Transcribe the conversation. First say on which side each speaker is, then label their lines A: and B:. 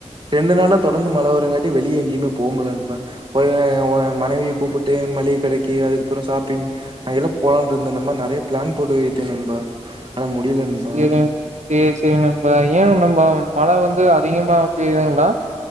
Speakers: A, on the right; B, on the right.
A: ரெண்டு நாளா தொடர்ந்து மழை வரங்காட்டி வெளியே எங்கேயுமே போ முடில நண்பா ஒ ஏ அவங்க மனைவியை கூப்பிட்டு மளிகை கடைக்கு அதுக்கப்புறம் ஷாப்பிங் அங்கெல்லாம் போலாம்னிருந்த நெறைய பிளான் போட்டு வைத்தே நண்பா ஆனா முடியல நண்பா
B: சேரி சேரி சேரி நண்பா ஏ நண்பா மழ வந்து அதிகமா பெய்யுதுங்களா